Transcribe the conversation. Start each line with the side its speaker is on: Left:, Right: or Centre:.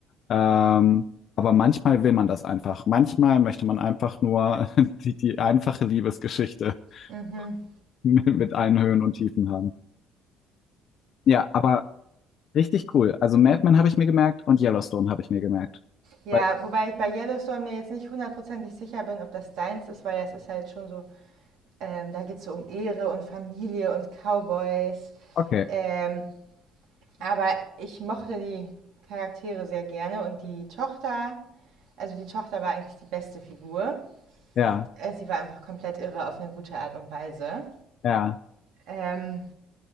Left: Ähm, aber manchmal will man das einfach. Manchmal möchte man einfach nur <laughs> die, die einfache Liebesgeschichte
Right: Mhm.
Left: <laughs> mit, mit allen Höhen und Tiefen haben. Ja, aber Richtig cool. Also Mad Men habe ich mir gemerkt und Yellowstone habe ich mir gemerkt.
Right: Ja,
Left: Weil-
Right: wobei ich bei Yellowstone mir jetzt nicht hundertprozentig sicher bin, ob das deins ist, weil das ist halt schon so, ähm, da geht es so um Ehre und Familie und Cowboys.
Left: Okay.
Right: Ähm, Aber ich mochte die Charaktere sehr gerne und die Tochter, also die Tochter war eigentlich die beste Figur.
Left: Ja,
Right: Äh, Sie war einfach komplett irre auf eine gute Art und Weise.
Left: ja,
Right: Ähm,